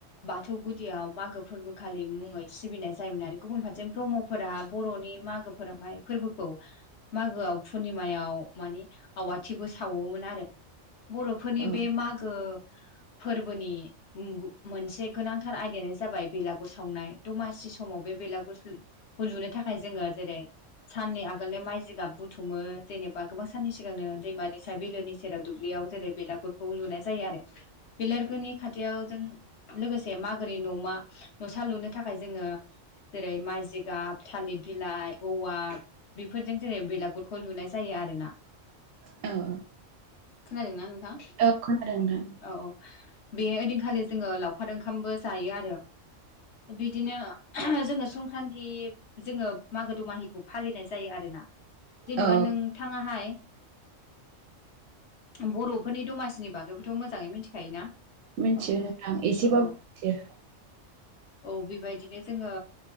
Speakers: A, on the left; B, on the right.
A: बाथौ गुदियाव मागो फोरबोखालि मुङै सिबिनाय जायोमोन आरो गुबुन फारसे ब्रह्म फोर फ्रा बर'नि मागो फोरावहाय फोरबोखौ मागोआव पुर्निमायाव मानि आवाथिबो सावोमोन आरो बर'फोरनि
B: औ
A: बे मागो फोरबोनि मोनसे गोनांथार आयदायानो जाबाय बेलागुर सावनाय दमासि समाव बे बेलागुर हु लुनो थाखाय जोङो जेरै साननि आगोलनो माइ जिगाब बुथुमो जेने बा गोबां साननि सिगांनो दैमा दैसा बिलोनि सेराव दुब्लियाव जेरै बेलागुरखौ लुनाय जायो आरो बेलगुरनि खा थियाव जों लोगोसे मागोनि न'मा न'सा लुनो थाखाय जोङो जेरै माइजिगाब थालिर बिलाइ औवा बेफोरजों जेरै बेलागुरखौ लुनाय जायो आरोना
B: औ
A: खोनादोंना नोंथां
B: औ खोनादों नोंथां
A: औ औ बेहाय ओइदिनखालि जोङो लावखार ओंखामबो जायो आरो बिदिनो जोङो संक्रान्ति जोङो मागो दमाहिखौ फालिनाय जायो आरोना जेनेबा
B: औ
A: नोंथाङाहाय बर'फोरनि दमासिनि बागैबोथ' मोजाङै मिथिखायोना
B: मिथियो
A: औ
B: नोंथां एसेबाबो
A: औ औ
B: मिथियो
A: औ बेबायदिनो जोङो